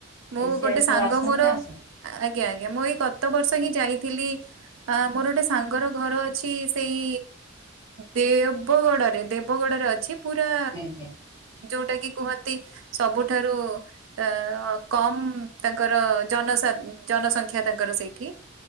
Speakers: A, on the right; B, on the left.
A: ମୁଁ
B: ଏଠି ସିଆଡ଼େ
A: ଗୋଟେ
B: ସବୁ
A: ସାଙ୍ଗ
B: ଆସନ୍ତି
A: ମୋର
B: ନା ଆସନ୍ତି
A: ଆଜ୍ଞା ଆଜ୍ଞା ମୁଁ ଏଇ ଗତ ବର୍ଷ ହିଁ ଯାଇଥିଲି। ଅ ମୋର ଗୋଟେ ସାଙ୍ଗର ଘର ଅଛି ସେଇ ଦେବଗଡରେ ଦେବଗଡରେ ଅଛି ପୁରା
B: ଆଜ୍ଞା
A: ଯୋଉଟା କି କୁହନ୍ତି ସବୁଠାରୁ ଅ କମ ତାଙ୍କର ଜନ ଜନସଂଖ୍ୟା ତାଙ୍କର ସେଇଠି।